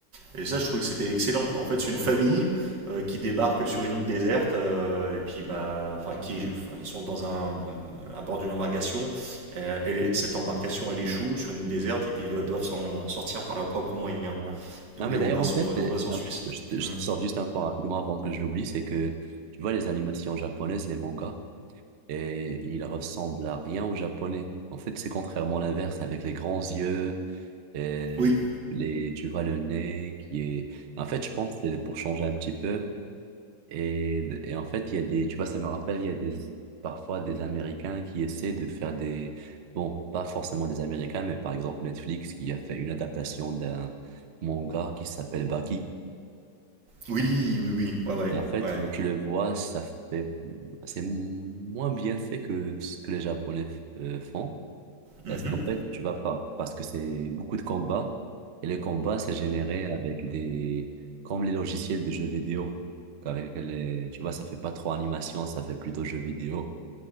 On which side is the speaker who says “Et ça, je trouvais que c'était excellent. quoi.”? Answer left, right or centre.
Right